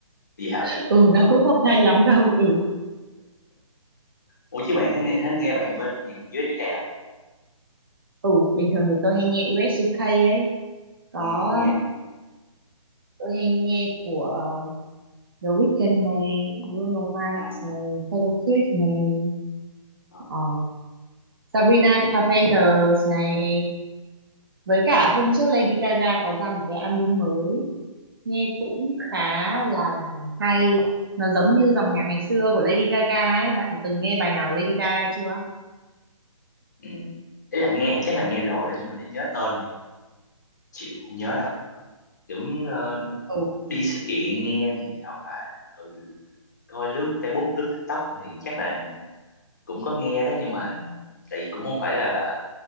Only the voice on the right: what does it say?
<laughs> Ừ nó cũng không hay lắm đâu. Ừ.
Ừ,
ừ bình thường thì tôi hay nghe US UK ấy. Có
tôi hay nghe của ờ, The Weeknd này, Bruno Mars
này, Taylor Swift này,
ờ, Sabrina Carpenter này, với cả
hôm trước Lady Gaga có ra một cái album mới nghe cũng khá là hay. Nó giống như dòng nhạc ngày xưa của Lady Gaga ấy, bạn từng nghe bài nào của Lady Gaga chưa?
Ừ.